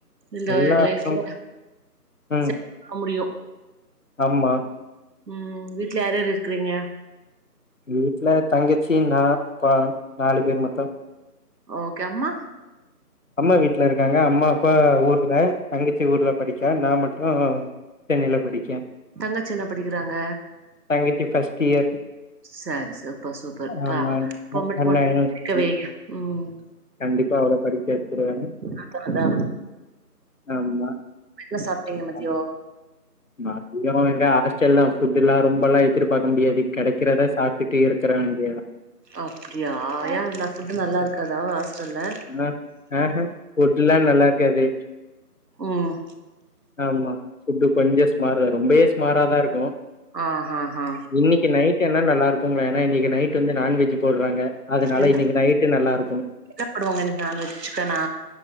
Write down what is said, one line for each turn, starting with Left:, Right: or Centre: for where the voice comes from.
Right: இந்த
Left: எல்லா
Right: லைஃப்ல
Left: இடம்னா ம்
Right: செட் பண்ண முடியு
Left: ஆமா
Right: ம் வீட்ல யார் யார் இருக்குறீங்க
Left: வீட்ல தங்கச்சி நா அப்பா நாலு பேர் மொத்த
Right: ஓகே அம்மா
Left: அம்மா வீட்ல இருக்காங்க அம்மா அப்பா ஊர்ல தங்கச்சி ஊர்ல படிக்கா நா மட்டு சென்னைல படிக்க
Right: தங்கச்சி என்ன படிக்கிறாங்க
Left: தங்கச்சி ஃபர்ஸ்ட் இயர்
Right: சரி சூப்பர் சூப்பர்
Left: ஆமா
Right: ஆ பொம்பள
Left: அண்ணா
Right: பொண்ண
Left: யூனிவர்சிட்டி
Right: படிக்க வைங்க ம்
Left: கண்டிப்பா அவள பிரிச்சு எடுத்துருவாங்க
Right: அதா அதா
Left: ஆமா
Right: என்ன சாப்ட்டீங்க மதியோ
Left: ஆ மா புண்ணியவா எங்க ஹாஸ்டல்லா ஃபுட்டுல்லா ரொம்பல்லா எதிர்பாக்க முடியாது கெடைக்கிறத சாப்ட்டு டி இருக்கிறாய்ங்க
Right: அப்டியா ஏ அந்த ஃபுட்டு நல்லாருக்காதா ஹாஸ்டல்ல
Left: ம் அ ஹ ஃபுட்டுல்லா நல்லாருக்காது
Right: ம்
Left: ஆமா ஃபுட்டு கொஞ்சோ சுமார் தா ரொம்பவே சுமாராதா இருக்கு
Right: ஆ ஹ ஹ
Left: இன்னைக்கு நைட் வேணா நல்லாருக்குங்க ஏன்னா இன்னைக்கு நைட் வந்து நான்வெஜ்ஜு போடுறாங்க அதனால
Right: என்ன
Left: இன்னைக்கு நைட்டு நல்லாருக்கு
Right: என்ன பண்ணுவாங்க இன்னைக்கு நான்வெஜ் சிக்கனா